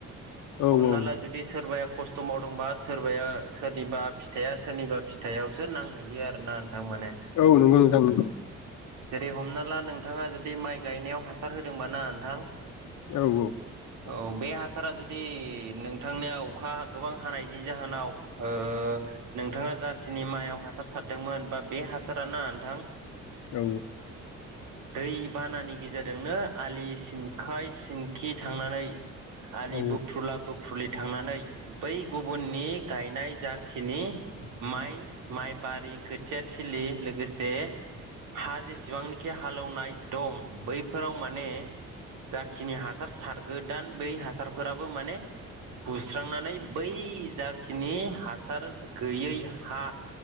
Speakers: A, on the left (about 80°); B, on the right (about 80°).
A: औ
B: हमनाला
A: औ
B: जुदि सोरबाया खस्थ' मावदोंबा सोरबाया सोरनिबा फिथाइया सोरनिबा फिथाइआवसो नांहैयो आरो ना नोंथां मोने
A: औ नंगौ नोंथां नंगौ
B: जेरै हमना ला नोंथाङा जुदि माइ गायनायाव हासार होदोंबा ना नोंथां
A: औ औ
B: औ बे हासारा जुदि नोंथांनिया अखा गोबां हानायनि जाहोनाव ओ नोंथाङा जाखिनि माइआव हासार सारदोंमोन बा बे हासार ना नोंथां ओ
A: औ
B: दै बानानि गेजेर जोंनो आलि सिनखाय सिनखि थांनानै आलि
A: औ
B: बोफ्रुला बो फ्रुलि थांनानै बै गुबुननि गायनाय जाखिनि माइ माइबारि खोथिया थिलि लोगोसे हा जेसेबांनिखि हालौनाय दं बै फोराव माने जाखिनि हासार सारग्रोदान बै हासारफोराबो माने बुस्रांनानै बै जाखिनि हासार गैयै हा